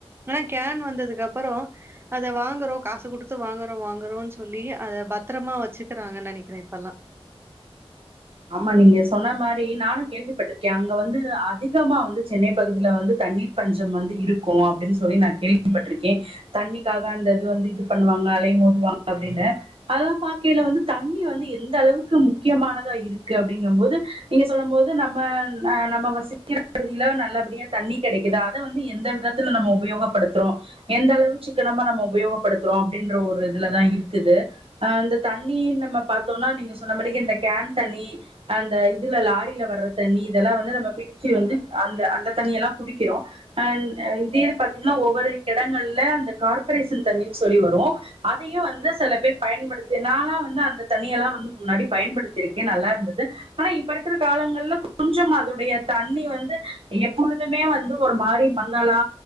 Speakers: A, on the right; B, on the right.
A: ஆனா கேன் வந்ததுக்கு அப்பறோ அத வாங்குறோ காசு குடுத்து வாங்குறோ வாங்குறோன் சொல்லி அத பத்தரமா வச்சுக்குறாங்கன் நெனைக்கிறே இப்பல்லா
B: ஆமா நீங்க சொன்ன மாரி நானு கேள்விப்பட்ருக்கே அங்க வந்து அதிகமா வந்து சென்னை பகுதில வந்து தண்ணீர் பஞ்சம் வந்து இருக்கு அப்டினா சொல்லி நா கேள்விப்பட்ருக்கே தண்ணிக்காக அந்த இது வந்து இது பண்ணுவாங்க ங்க அலை மோதுவாங்க அப்டின்னு அதலா பாக்கைல வந்து தண்ணி வந்து எந்த அளவுக்கு முக்கியமானதா இருக் க்கு அப்டிங்கம்போது நீங்க சொல்லம்போது நம்ம ஆ நம்ம வசிக்கிற ‌பகுதில நல்லபடியா தண்ணி கெடைக் க்கிதா அத வந்து எந்த விதத்துல நம்ம உபயோகப்படுத்துறோ எந்த அளவு சிக்கனமா நம்ம உபயோகப்படுத்துறோ அப்டின்ற ஒரு இதுல தா இருக்குது ஆ இந்த தண்ணி நம்ம பாத்தோனா நீங்க சொன்ன மாரிக்கு இந்த கேன் தண்ணி அந்த இதுல லாரில வர்ற தண்ணி இதெல்லா வந்து நம்ம பிடிச்சு வந்து அந்த அந்த தண்ணியெலா குடிக்கிறோ அன் ஆ இதையே பாத்தீங்கன்னா ஒவ்வொரு எடங்கள்ல அந்த கார்ப்ரேஷன் தண்ணீனு சொல்லி வரு ரு அதையு வந்து செல பேர் பயன்படுத்தி நாலா வந்து அந்த தண்ணியெல்லா வந்து முன்னாடி பயன்படுத் த்துருக்கே நல்லா இருந்தது ஆனா இப்ப இருக்குற காலங்கள்ல கொஞ்சமா அதனுடைய தண்ணி வந்து எப்பொழு துமே வந்து ஒரு மாரி மங்களா